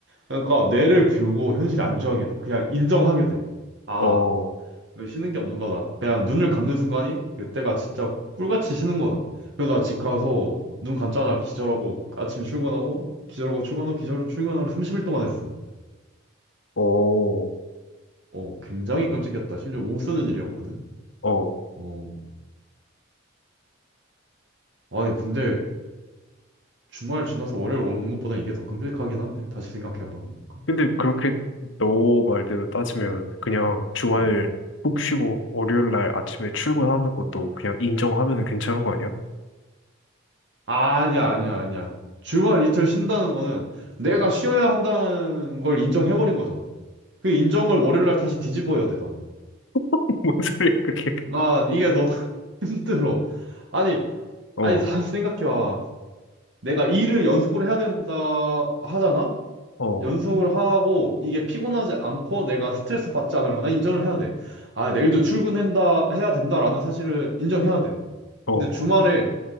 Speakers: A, on the right (about 55°); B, on the left (about 65°).
A: 그러니까 뇌를 비우고 현실에 안주하게 돼. 그냥 인정하게 돼. 아,
B: 어,
A: 이거 쉬는 게 없는 거다. 그냥 눈을 감는 순간이 그때가 진짜 꿀같이 쉬는 거다. 그래서 나 집 가서 눈 감자마자 기절하고 아침 출근하고 기절하고 출근하고 기절하고 출근하고 30일 동안 했어.
B: 어,
A: 어, 굉장히 끔찍했다. 심지어 몸 쓰는 일이었거든.
B: 어.
A: 어, 아니, 근데 주말 지나서 월요일 오는 것보다 이게 더 끔찍하긴 한데, 다시 생각해 보니까.
B: 근데 그렇게 너 말대로 따지면 그냥 주말
A: 어.
B: 푹 쉬고 월요일 날 아침에 출근하는 것도 그냥 인정하면 괜찮은 거 아니야?
A: 아니야, 아니야, 아니야. 주말 이틀 쉰다는 거는 내가 쉬어야 한다는 걸 인정해버린 거잖아. 그 인정을 월요일 날 다시 뒤집어야 돼, 나는.
B: <laughs> 뭔 소리야 그게?
A: 난 이게 너무 <laughs> 힘들어. 아니,
B: 어,
A: 아니, 다시 생각해봐. 내가 일을 연속으로 해야 된다 하잖아?
B: 어,
A: 연속을 하고 이게 피곤하지 않고 내가 스트레스 받지 않으려면 난 인정을 해야 돼. 아, 내일도 출근한다, 해야 된다라는 사실을 인정해야 돼.
B: 어,
A: 근데 주말에